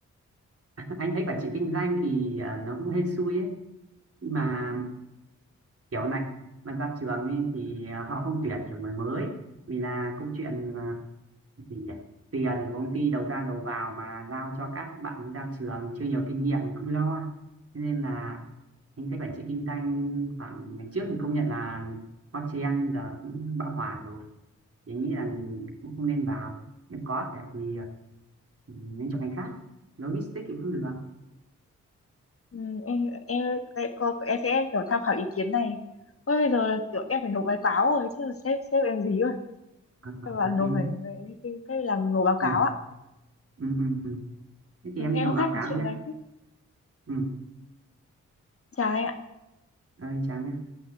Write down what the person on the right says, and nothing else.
ờ, anh thấy quản trị kinh doanh thì ờ, nó cũng hên xui ấy Khi mà kiểu này mà ra trường ấy thì ờ, họ không tuyển kiểu người mới vì là câu chuyện à, gì nhỉ tiền của công ty đầu ra đầu vào mà giao cho các bạn ra trường chưa nhiều kinh nghiệm cũng lo Thế nên là anh thấy quản trị kinh doanh khoảng ngày trước thì công nhận là hot trend nhưng giờ cũng bão hòa rồi thì anh nghĩ là cũng không nên vào nếu có thể thì ừ, nên chọn ngành khác logistics thì cũng được à,
à,
ok
nhé
ừ,
ừ, ừ, ừ. thế thì em đi
nộp
báo
cáo
nhé
ừ,
rồi chào nhé